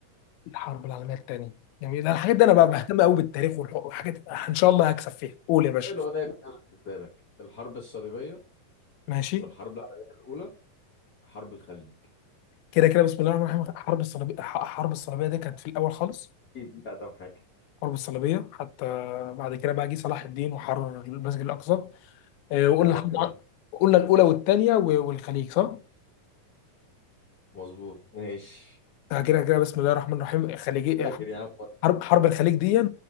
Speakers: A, on the left; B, on the left.
A: الحرب العالميه الثانيه جميل الحاجات دي انا بقى
B: الحرب
A: بهتم قوي بالتاريخ والح- والحاجات دي. ان شاء الله هكسب فيها قول يا باشا
B: حلو ده يبقى بالنسبة لك الحرب الصليبية
A: ماشي
B: والحرب العالمية الأولى حرب الخليج
A: كده كده بسم الله الرحمن الرحيم حرب الصليبيه ح- حرب الصليبيه دي كانت في الاول خالص
B: اكيد دي اقدم حاجه
A: حرب الصليبيه حتى بعد كده بقى جه صلاح الدين وحرر المسجد الاقصى آه، وقلنا
B: اه
A: الحرب
B: الكلام
A: الع-
B: ده
A: قلنا الاولى والثانيه والخليج صح
B: مظبوط ماشي
A: آه، كده كده بسم الله الرحمن الرحيم خليجي
B: فاكر يا عم
A: حرب حرب الخليج دي